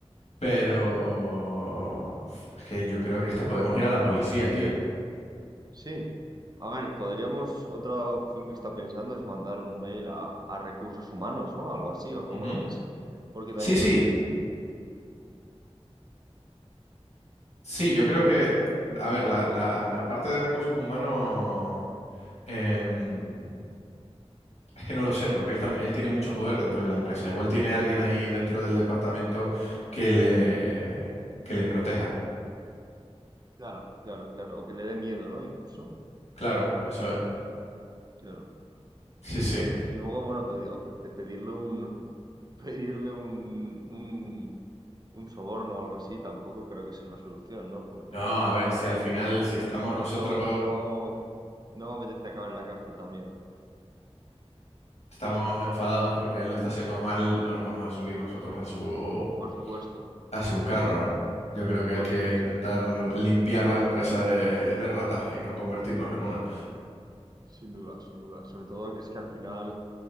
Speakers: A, on the left (about 80°); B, on the right (about 40°).
A: pero
B: ¿Sí?
A: es que yo creo que esta podemos ir a la policía, tío.
B: Sí. A ver, podríamos, otra opción que está pensando es mandar un mail a, a recursos humanos, ¿no? Algo así, ¿o cómo
A: Ujú.
B: lo ves? Porque también,
A: Sí, sí, sí, yo creo que, a ver, la, la- la parte de recursos humanos, em, es que no lo sé, porque él, tam- él tiene mucho poder dentro de la empresa. Igual tiene alguien ahí dentro del departamento que le, que le proteja.
B: claro, claro, claro, o que le dé miedo, ¿no? Incluso,
A: Claro, eso es.
B: claro,
A: Sí, sí.
B: claro. Y luego, bueno, pedi- ofrece- pedirle un, <laughs> pedirle un, un, un soborno o algo así, tampoco creo que sea una solución, ¿no? Porque
A: No, a ver, si al final,
B: no,
A: si estamos
B: no,
A: nosotros
B: no, no, no me apetece acabar en la cárcel también.
A: Estamos enfadados porque él lo está haciendo mal, no nos vamos a subir nosotros a su,
B: Por supuesto, por
A: a su
B: supuesto,
A: carro. Yo creo que
B: por
A: hay que
B: supuesto.
A: intentar limpiar la empresa de, de ratas y no convertirnos en una.
B: Sin duda, sin duda. Sobre todo que es que al final